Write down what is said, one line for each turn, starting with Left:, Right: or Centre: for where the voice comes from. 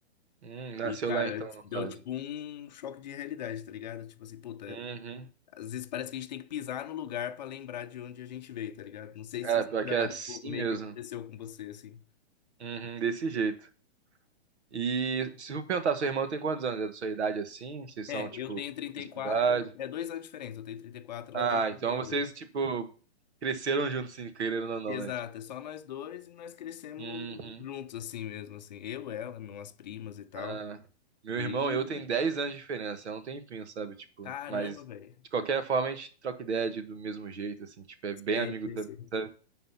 Right: hum. Nasceu
Left: E, cara,
Right: lá então, no
Left: deu
Right: caso.
Left: tipo um choque de realidade, tá ligado? Tipo assim, puta,
Right: uhum,
Left: às vezes parece que a gente tem que pisar no lugar pra lembrar de onde a gente veio, tá ligado? Não sei
Right: É,
Left: se isso
Right: pior
Left: já,
Right: que é assim
Left: tipo, meio
Right: mesmo.
Left: que aconteceu com você, assim.
Right: uhum. Desse jeito. E se eu perguntar, sua irmã tem quantos anos? É da sua idade assim? Vocês
Left: É,
Right: são, tipo,
Left: eu tenho 34,
Right: mesma idade?
Left: ela- é dois anos de diferença, eu tenho trinta e quatro
Right: Ah,
Left: ela tem 32.
Right: então vocês, tipo, cresceram juntos, assim, querendo ou não,
Left: Exato,
Right: né?
Left: é só nós dois e nós crescemos
Right: Tipo,
Left: juntos, assim mesmo, assim. Eu, ela, minhas primas e tal.
Right: Ah, meu
Left: E,
Right: irmão e eu tem 10 anos de diferença, é um tempinho, sabe? Tipo,
Left: caramba,
Right: mas
Left: velho.
Right: de qualquer forma a gente troca ideia de- do mesmo jeito, assim, tipo, é bem
Left: Sei,
Right: amigo
Left: sei,
Right: também,
Left: sei.
Right: sabe?